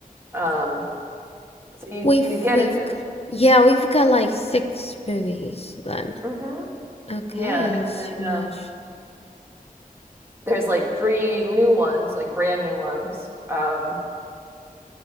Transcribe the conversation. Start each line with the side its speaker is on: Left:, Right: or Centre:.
Right: Um, so you
Left: We've
Right: you get
Left: we've
Right: into
Left: yeah, we've got like six movies then.
Right: Mhm.
Left: Okay,
Right: yeah,
Left: that's
Right: and then
Left: too much.
Right: um
Left: <laughs>
Right: there's like three new ones, like brand new ones. Um,